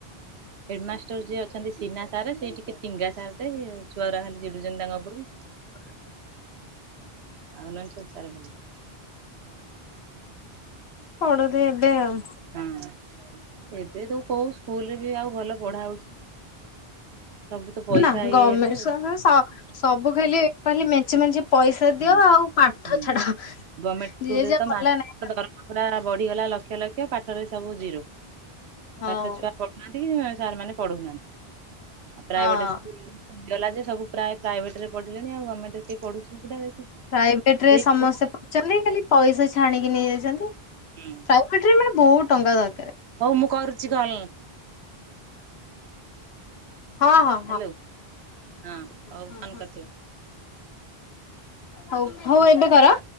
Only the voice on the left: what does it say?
ଆ
ପଡନ୍ତି ଏବେ ଆଉ।
ନା ଗମେଣ୍ଟ
ସହେ ସ-ସବୁ ଖାଲି ଖାଲି ମେଞ୍ଚେ
ମେଞ୍ଚେ ପଇସା
ଦିଅ ଆଉ ପାଠ
ଛାଡ।
ଯିଏ
ଯା
କଲା
ନାଇଁ
ହଉ।
ହଁ
ପ୍ରାଇଭେଟ ରେ
ସମସ୍ତେ
ପଢୁଛନ୍ତି। ଖାଲି ପଇସା ଛାଣିକି ନେଇଯାଇଛନ୍ତି।
ପ୍ରାଇଭେଟ ରେ ମାନେ ବହୁତ ଟଙ୍କା ଦରକାର।
ହଁ, ହଁ,
ହଁ।
ହଉ ହଉ ଏବେ କର।